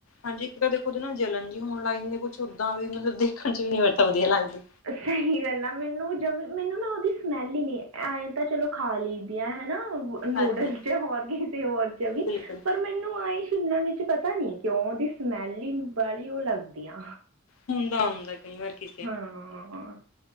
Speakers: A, on the left (about 70°); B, on the right (about 75°).
A: ਹਾਂਜੀ ਇੱਕ ਤਾਂ ਦੇਖੋ ਜੇ ਨਾ ਜਲਣ ਜੀ ਹੋਣ ਲੱਗ ਜਾਂਦੇ ਕੁਛ ਓਦਾਂ ਵੀ ਮਤਲਬ ਦੇਖਣ ਚ ਵੀ ਨੀ ਵੈਨਤਾ ਵਧੀਆ ਲੱਗਦੀ।
B: ਸਹੀ ਗੱਲ ਆ ਮੈਨੂੰ ਜ ਮੈਨੂੰ ਨਾ ਉਹਦੀ ਸਮੈਲ ਹੀ ਨਹੀਂ, ਐਏਂ ਤਾਂ ਚਲੋ ਖਾ ਲਈ ਦੀਆ ਹੈਨਾ। ਨੂਡਲ
A: ਹਾਂਜੀ
B: ਚ, ਹੋਰ ਕਿਸੇ ਹੋਰ ਚ ਵੀ
A: ਬਿਲਕੁਲ।
B: ਪਰ ਮੈਂ ਮੈਨੂੰ ਆਈ ਸ਼ਿਮਲਾ ਮਿਚ ਪਤਾ ਨੀ ਕਿਉਂ ਉਹਦੀ ਸਮੈਲ ਹੀ ਬਾਲੀ ਉਹ ਲੱਗਦੀ ਆ।
A: ਹੁੰਦਾ-ਹੁੰਦਾ ਕਈ ਵਾਰ ਕਿ
B: ਹਾਂ